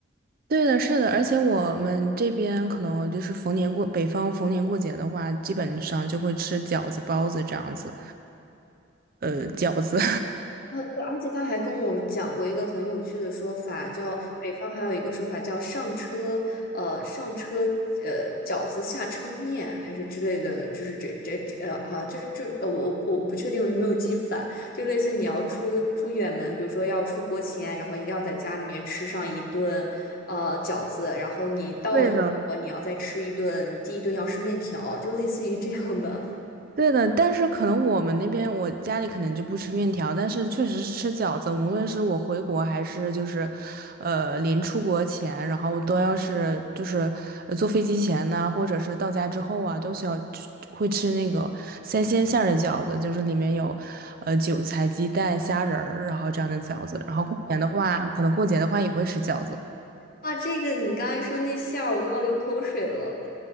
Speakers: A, on the right; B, on the left.
A: 对的，是的，而且我们这边可能就是逢年过，北方逢年过节的话，基本上就会吃饺子、包子这样子。呃，饺子，
B: 哦，对，而且他还跟我讲过一个很有趣的说法，叫北方还有一个说法叫上车，呃，上车，呃，饺子下车面还是之类的，就是这这这呃啊，就是这呃，我我我不确定我有没有记反，就类似你要出出远门，比如说要出国前，然后一定要在家里面吃上一顿呃饺子，然后你到了英国你要再吃一顿，
A: <laughs> 对的，
B: 第一顿要吃面条，就类似于这样的。<laughs>
A: 对的，但是可能我们那边我家里可能就不吃面条，但是确实是吃饺子。无论是我回国还是就是，呃，临出国前，然后都要是就是呃坐飞机前呢，或者是到家之后啊，都需要吃会吃那个三鲜馅儿的饺子，就是里面有呃韭菜、鸡蛋、虾仁儿，然后这样的饺子。然后过年的话，可能过节的话也会吃饺子。
B: 哇，这个你刚才说那馅儿，我都要流口水了。